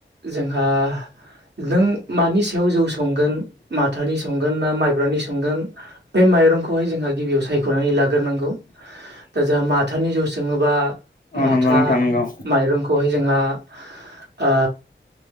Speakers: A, on the right (about 60°); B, on the left (about 45°).
A: जों आ जों मानि सायाव जौ संगोन माथानि सं गोन ना माइब्रानि संगोन बे माइरंखौहाय जोंहा गिबियाव सायख'नानै लाग्रोनांगौ दा जोंहा माथानि जौसं ङोबा
B: औ
A: माथा
B: नंगौ नोंथां नंगौ
A: माइरंखौहाय जोंहा ओ